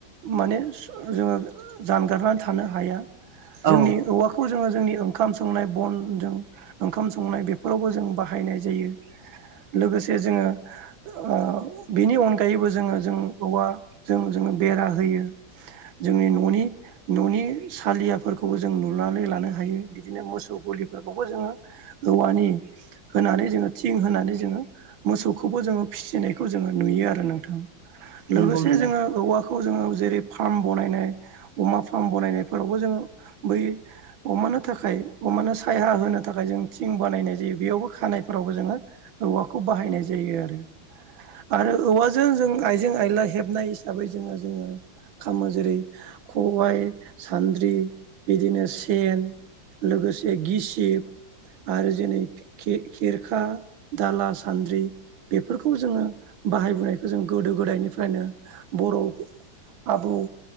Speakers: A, on the right; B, on the right.
A: माने जोंङो जानगारनानै थानो हाया।
B: औ
A: जोंनि औवा खौ जोंङो जोंनि ओंखाम संनाय बनजों ओंखाम संनाय बेफोरावबो जों बाहायनाय जायो। लोगोसे जोंङो ओ बेनि अनगायैबो जोंङो जों औवाजों जोंङो बेरा होयो। जोंनि न'नि न'नि सालिया फोरखौबो जों लुनानै लानो हायो बिदिनो मोसौ गलिफोरखौबो जोंङो औवानि होनानै जोंङो थिं होनानै जोंङो मोसौखौबो जोंङो फिसिनायखौ जोंङो नुयो। आरो नोंथां लोगोसे
B: नंगौ नंगौ
A: जोंङो औवाखौ खौ जोंङो जेरै फार्म बनायनाय अमा फार्म बानायनायफोरावबो जोंङो बै अमानो थाखाय अमानो साया होनो थाखाय जों थिं बानायनाय जायो बेयावबो खानायफोरावबो जोंङो औवाखौ बाहायनाय जायो आरो। आरो औवाजों जों आइजें आयला हेबनाय हिसाबै जोंङो जोंङो खामो जेरै खबाइ सान्द्रि बिदिनो सेन लोगोसे गिसिब आरो जेरै खेर-खेरखा दाला सान्द्रि बेफोरखौ जोंङो बाहायबोनायखौ जों गोदो गोदायनिफ्रायनो बर' आबौ